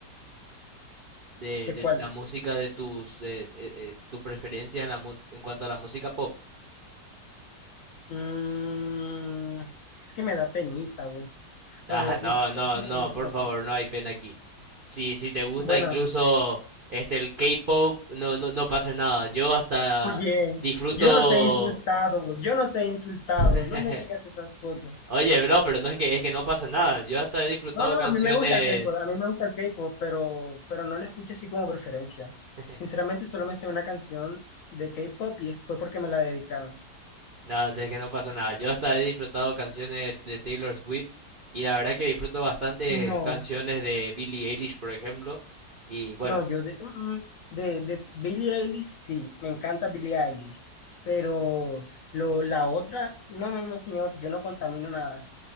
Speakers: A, on the right; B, on the left.
A: de,
B: ¿De
A: de
B: cuál?
A: la música de tus, eh, eh, eh, tus preferencias en, la, mu- en cuanto a la música pop?
B: Mm, es que me da penita, güey. A
A: Ah,
B: ver,
A: no,
B: mis preferencias
A: no, no,
B: de la música.
A: por favor,
B: pues.
A: no hay pena aquí. Si, si te gusta
B: Bueno,
A: incluso este el K-pop, no, no, no pasa nada. Yo hasta
B: oye,
A: disfruto.
B: yo no te he insultado, yo no te he insultado,
A: <laughs>
B: no me digas esas cosas.
A: Oye, bro, pero no es que es que no pasa nada. Yo hasta he disfrutado
B: No, no,
A: canciones.
B: a mí me gusta el K-pop, a mí me gusta el K-pop, pero, pero no lo escucho así como preferencia.
A: <laughs>
B: Sinceramente, solo me sé una canción de K-pop y fue porque me la dedicaron.
A: Nada, de que no pasa nada. Yo hasta he disfrutado canciones de Taylor Swift y la verdad que disfruto bastante
B: No.
A: canciones de Billie Eilish, por ejemplo. Y bueno,
B: No, yo de, mm, de, de Billie Eilish, sí, me encanta Billie Eilish, pero lo, la otra, no, no, no, señor, yo no contamino nada.